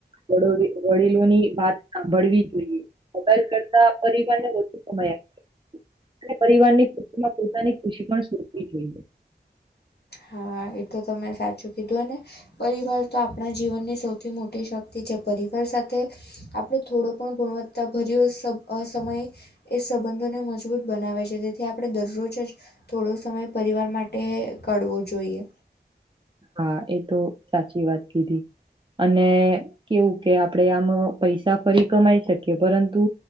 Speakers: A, on the right; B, on the left.
A: વડ વડીલોની વાત સાંભળવી જોઈએ. મોબાઈલ કરતા પરિવારને વધુ સમય આપ અને પરિવારની ખુશીમાં પોતાની ખુશી પણ સોધવી જોઈએ
B: હા એ તો તમે સાચું કીધું અને પરિવાર તો આપણા જીવનની સૌથી મોટી શક્તિ છે પરિવાર સાથે આપણે થોડો પણ ગુણવતા તાં ભર્યો સબ સમયએ એ સંબંધોને મજબૂત બનાવે છે તેથી આપણે દરરોજજ થોડો સમય પરિવાર માટે કાઢવો જોઈએ.
A: હા એ તો સાચી વાત કીધી. અને કેવું કે આપણેે આમાં પૈસા ફરી કમાઈ શકીએ પરંતુ